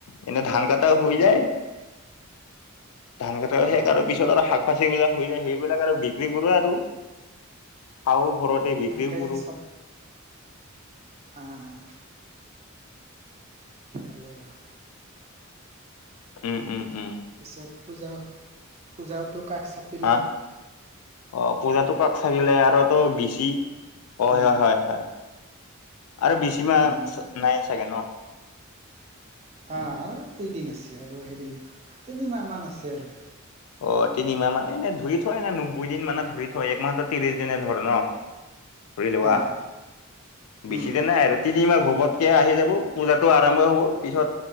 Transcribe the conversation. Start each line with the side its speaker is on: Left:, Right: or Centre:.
Left: এনে ধান কটা হৈ
Right: আহ
Left: যায় ধান কটা
Right: আহ
Left: শেষ আৰু পিছত আৰু শ পাচে ই বিলাক হৈ যায় সেইবিলাক আৰু বিক্ৰী কৰো আৰু। খাওঁ ঘৰতে বিক্ৰীও
Right: এনেকেই
Left: কৰোঁ।
Right: চল আহ। <inaudible>
Left: উম উম উম।
Right: পিছত পূজা- পূজাওতো কাষ চাপিলেই।
Left: হা অ' পূজাটো কাষ চাপিলে আৰু তো বিচি, অ' হয়
Right: উম
Left: হয় হয়। আৰু বিছিমাহ
Right: উম
Left: নাই চাগে ন?
Right: আ হা কেইদিন আছে আৰু হেৰি তিনি মাহ মান আছে আৰু।
Left: অ' তিনিমাহ মানে এনে ধৰি থয় নে নব্বৈ দিন মানে ধৰি থয় একমাহতো ত্ৰিশ দিনে ধৰ ন। ধৰি লোৱা
Right: আহ
Left: বেছি
Right: উম
Left: দিন নাই আৰু তিনি মাহ ঘোবত আহি যাব পূজাতটো আৰম্ভ হব পিছত,